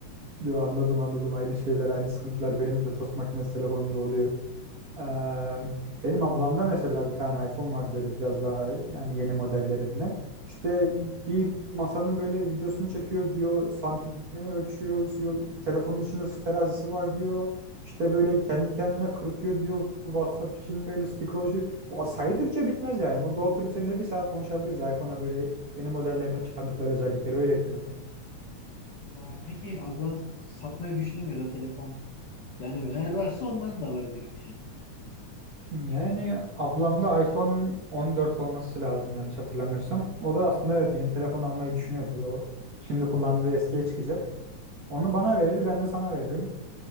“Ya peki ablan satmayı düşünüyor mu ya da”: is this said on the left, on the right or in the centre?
Left